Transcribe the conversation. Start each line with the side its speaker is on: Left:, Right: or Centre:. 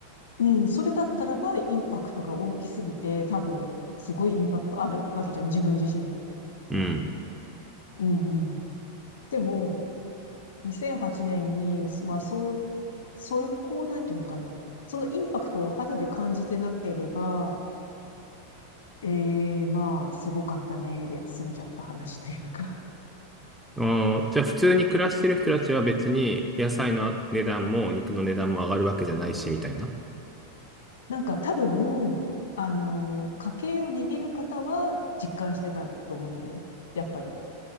Left: うん。それだったらばインパクトが大きすぎて、多分、すごいインパクトあるわけじゃん。自分自身に。
Centre: うん。
Left: うんうん。でも、2008年に、まあ、そう、そこを、なんていうのかな。そのインパクトを肌で感じてなければ、ええまあ、すごかったね、で済んじゃった話というか。
Centre: あーじゃあ普通に暮らしてる人たちは別に野菜の値段も肉の値段も上がるわけじゃないし、みたいな。
Left: <laughs> なんか多分、あの、家計を握る方は実感してたと思うんだよね。やっぱり。